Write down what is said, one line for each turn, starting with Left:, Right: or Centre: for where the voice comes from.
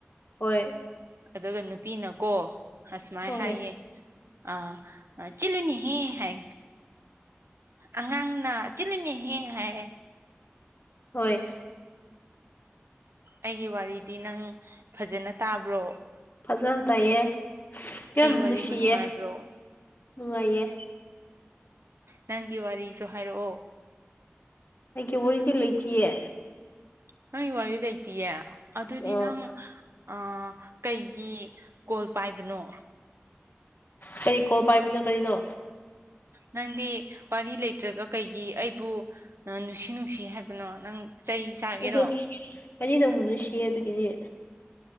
Left: ꯍꯣꯏ
Right: ꯑꯗꯨꯒ ꯅꯨꯄꯤꯅꯀꯣ ꯑꯁꯨꯃꯥꯏ
Left: ꯍꯣꯏ
Right: ꯍꯥꯏꯌꯦ ꯑꯥ ꯆꯜꯅꯤꯅꯦꯍꯦ ꯍꯥꯏ ꯑꯉꯥꯡꯅ ꯆꯤꯜꯂꯅꯦꯍꯦ ꯍꯥꯏ
Left: ꯍꯣꯏ
Right: ꯑꯩꯒꯤ ꯋꯥꯔꯤꯗꯤ ꯅꯪ ꯐꯖꯟꯅ ꯇꯥꯕ꯭ꯔꯣ
Left: ꯐꯖꯟꯅ ꯇꯥꯏꯌꯦ ꯌꯥꯝ
Right: ꯑꯩ ꯋꯥꯔꯤꯕꯨ
Left: ꯅꯨꯡꯁꯤꯌꯦ
Right: ꯅꯨꯡꯉꯥꯏꯕ꯭ꯔꯣ
Left: ꯅꯨꯡꯉꯥꯏꯌꯦ
Right: ꯅꯪꯒꯤ ꯋꯥꯔꯤꯁꯨ ꯍꯥꯏꯔꯛꯑꯣ
Left: ꯑꯩꯒꯤ ꯋꯥꯔꯤꯗꯤ ꯂꯩꯇꯤꯌꯦ
Right: ꯅꯪꯒꯤ ꯋꯥꯔꯤ ꯂꯩꯇꯤꯌꯦ ꯑꯗꯨꯗꯤ
Left: ꯑꯣ
Right: ꯅꯪ ꯑ ꯀꯩꯒꯤ ꯀꯣꯜ ꯄꯥꯏꯕꯅꯣ
Left: ꯀꯔꯤ ꯀꯣꯜ ꯄꯥꯏꯕꯅꯣ ꯀꯔꯤꯅꯣ
Right: ꯅꯪꯗꯤ ꯋꯥꯔꯤ ꯂꯩꯇ꯭ꯔꯒ ꯀꯩꯒꯤ ꯑꯩꯕꯨ ꯑ ꯅꯨꯡꯁꯤ ꯅꯨꯡꯁꯤ ꯍꯥꯏ ꯕꯅꯣ ꯅꯪ ꯆꯩ ꯁꯥꯒꯦꯔꯣ
Left: ꯑꯗꯨ ꯑꯩꯗꯤ ꯑꯪꯕꯨ ꯅꯨꯡꯁꯤꯌꯦ ꯑꯗꯨꯒꯤꯅꯤ